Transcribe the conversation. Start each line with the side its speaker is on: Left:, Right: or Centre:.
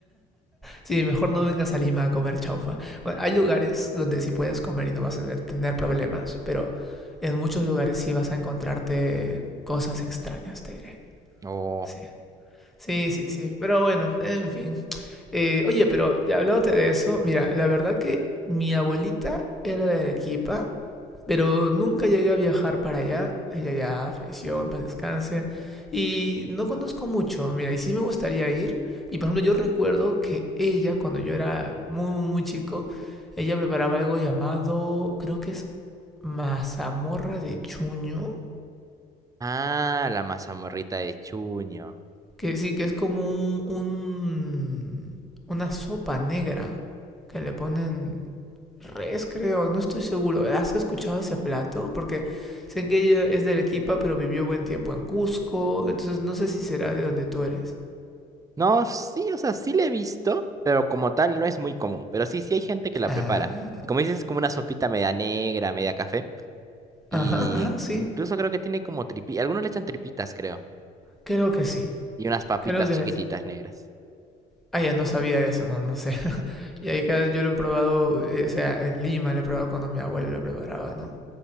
Centre: Sí, mejor no vengas a Lima a comer chaufa. Bueno, hay lugares donde sí puedes comer y no vas a tener, tener problemas, pero en muchos lugares sí vas a encontrarte cosas extrañas, te diré.
Right: Oh.
Centre: Sí. Sí, sí, sí. Pero bueno, en fin. Eh, oye, pero ya hablándote de eso, mira, la verdad que mi abuelita era de Arequipa, pero nunca llegué a viajar para allá. Ella ya falleció, en paz descanse. Y no conozco mucho, mira, y sí me gustaría ir. Y por ejemplo, yo recuerdo que ella, cuando yo era muy, muy, muy chico, ella preparaba algo llamado, creo que es mazamorra de chuño,
Right: Ah, la mazamorrita de Chuño.
Centre: que sí, que es como un, un- una sopa negra que le ponen res, creo, no estoy seguro. ¿Has escuchado ese plato? Porque sé que ella es de Arequipa, pero vivió buen tiempo en Cusco, entonces no sé si será de donde tú eres.
Right: No, sí, o sea, sí la he visto, pero como tal no es muy común. Pero sí, sí hay gente que la
Centre: Ah,
Right: prepara. Y como dices, es como una sopita media negra, media café. Y
Centre: Ajá, ajá,
Right: in-
Centre: sí,
Right: incluso creo que tiene como tripitas. Algunos le echan tripitas, creo.
Centre: creo que sí,
Right: Y unas papitas
Centre: creo que
Right: chiquititas
Centre: sí.
Right: negras.
Centre: Ah, ya no sabía de eso, no, no sé. <laughs> Y ahí claro, yo lo he probado, eh, o sea, en Lima lo he probado cuando mi abuela lo preparaba, ¿no?